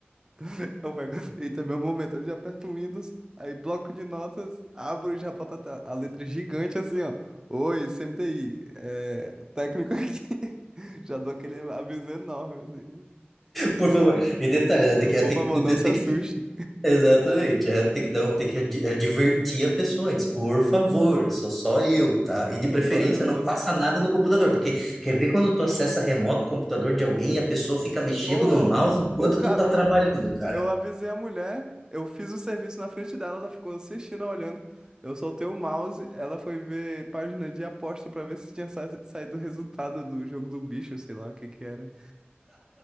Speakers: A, on the right; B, in the centre.
A: <laughs> eu pego, eita, meu momento, eu já aperto o Windows, aí bloco de notas, abro e já boto a, te- a letra gigante assim, ó. Oi, CMTI, é, técnico aqui. <laughs> Já dou aquele aviso enorme, assim.
B: Por favor, e detalhe, né, tem que,
A: Por
B: tem
A: favor,
B: que,
A: não se
B: tem
A: assuste.
B: que, Exatamente, é, tem que dar, um- tem que ad- advertir a pessoa antes, por favor, sou só eu, tá? E de preferência
A: Sou só eu,
B: não
A: não. sou-
B: passa nada no computador, porque quer ver quando tu acessa remoto o computador de alguém e a pessoa fica mexendo
A: Ô,
B: no mouse
A: ô,
B: enquanto
A: o cara.
B: tu tá trabalhando, cara.
A: Eu avisei a mulher, eu fiz o serviço na frente dela, ela ficou assistindo, olhando. Eu soltei o mouse, ela foi ver página de aposta pra ver se tinha sa- saído o resultado do jogo do bicho, sei lá o que que era.